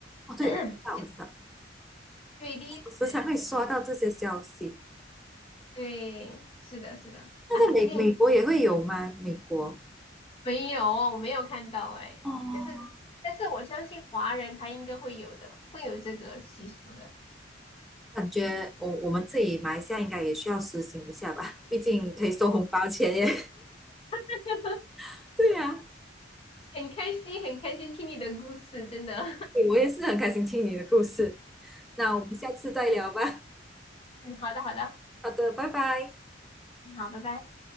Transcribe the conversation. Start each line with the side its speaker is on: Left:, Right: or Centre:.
Centre: 哦对，
Left: <coughs> <clears throat>
Centre: 啊我知道，
Left: 对第一次，
Centre: 我时常会刷到这些消息。
Left: 对，是的，是的。
Centre: 那在美美国也会有吗？
Left: 哎，今天很
Centre: 美国？
Left: 没有，没有看到哎、
Centre: 哦，
Left: 但是但是我相信华人他应该会有的，会有这个习俗的。
Centre: 感觉我我们自己马来西亚应该也需要实行一下吧，<laughs> 毕竟可以收红包钱耶。
Left: <laughs>
Centre: <laughs> 对呀、
Left: 很开心，很开心听你的故事，真的。
Centre: 对我也是很开心听你的故事。那我们下次再聊吧。
Left: <laughs> 嗯，好的，好的，
Centre: 好的，拜拜。
Left: 嗯好，拜拜。